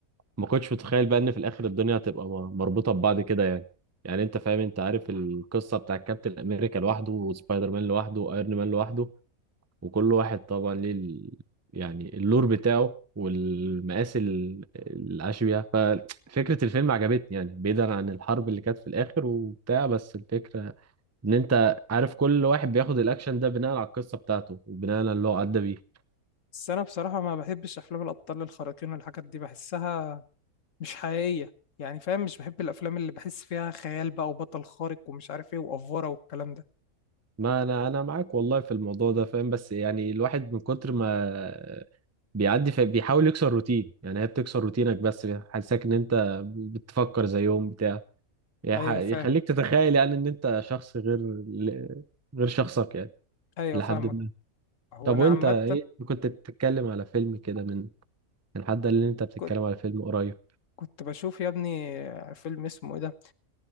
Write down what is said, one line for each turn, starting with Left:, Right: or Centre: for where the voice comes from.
Right: ما كنتش متخيل بقى ان في الاخر الدنيا هتبقى م- مربوطة ببعض كده يعني يعني انت فاهم انت عارف القصة بتاع كابتن امريكا لوحده وسبايدر مان لوحده وايرون مان لوحده وكل واحد طبعا ليه ال... يعني اللور بتاعه والمقاس ال- العاش بيها ففكرة الفيلم عجبتني يعني بعيدا عن الحرب اللي كانت في الآخر وبتاع بس الفكرة إن أنت عارف كل واحد بياخد الأكشن ده بناء على القصة بتاعته وبناء على اللي هو عدى بيه
Left: بس انا بصراحة ما بحبش افلام الابطال الخارقين والحاجات دي بحسها مش حقيقية يعني فاهم مش بحب الافلام اللي بحس فيها خيال بقى وبطل خارق ومش عارف ايه وافورة والكلام ده
Right: ما أنا أنا معاك والله في الموضوع ده فاهم بس يعني الواحد من كتر ما بيعدي فبيحاول يكسر روتين يعني هي بتكسر روتينك بس حاسسك إن أنت بتفكر زيهم بتاع يح-
Left: ايوه
Right: يخليك
Left: فاهم
Right: تتخيل يعني ان انت شخص غير ل- غير شخصك يعني
Left: ايوه
Right: لحد
Left: فاهمك
Right: ما
Left: هو
Right: طب
Left: انا
Right: وانت
Left: عامة
Right: ايه كنت بتتكلم على فيلم كده من من حد قال لي ان انت بتتكلم
Left: كنت
Right: على فيلم قريب
Left: كنت بشوف يا ابني فيلم اسمه ايه ده